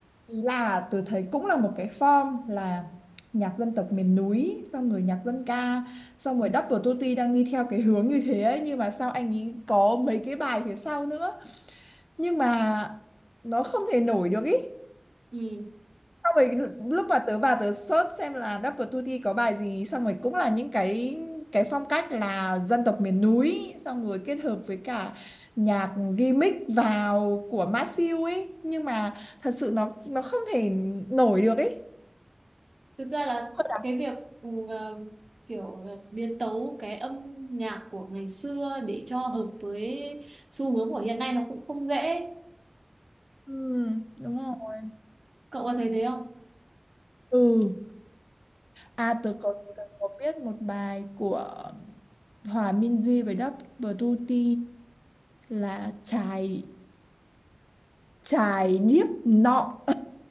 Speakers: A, on the left (about 25°); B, on the right (about 85°).
A: ý là tôi thấy cũng là một cái form là nhạc dân tộc miền núi xong rồi nhạc dân ca xong rồi Double Tutti đang đi theo cái hướng như thế ấy, nhưng mà sao anh ấy có mấy cái bài phía sau nữa nhưng mà nó không thể nổi được ý
B: ừ.
A: xong rồi lúc mà tớ vào tớ search xem là Double Tutti có bài gì xong rồi cũng là những cái cái phong cách là dân tộc miền núi xong rồi kết hợp với cả nhạc remix vào của Masew ấy nhưng mà thật sự nó nó không thể nổi được ấy
B: thực ra là
A: Hơi đặc.
B: cái việc ừ, ờ, kiểu ờ, biến tấu cái âm nhạc của ngày xưa để cho hợp với xu hướng của hiện nay nó cũng không dễ
A: ừ, đúng rồi
B: cậu có thấy thế không
A: ừ à tớ có, tớ có biết một bài của Hòa Minzy với Double Tutti là chài chài điếc nọ